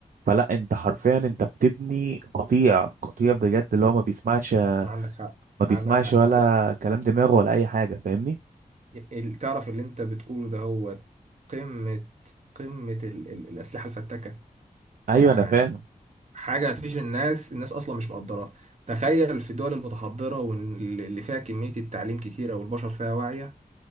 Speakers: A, on the right; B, on the right.
A: فلا انت حرفيا انت بتبني قطيع قطيع بجد اللي هو ما بيسمعش
B: عندك حق
A: ما بيسمعش
B: عندك حق
A: ولا كلام دماغه ولا اي حاجة فاهمني
B: ال- تعرف اللي انت بتقوله ده هو قمة قمة ال ال الأسلحة الفتاكة
A: ايوه
B: يعني
A: انا فاهم
B: حاجة مفيش الناس الناس أصلا مش مقدراها تخيل في الدول المتحضرة واللي فيها كمية التعليم كتيرة والبشر فيها واعية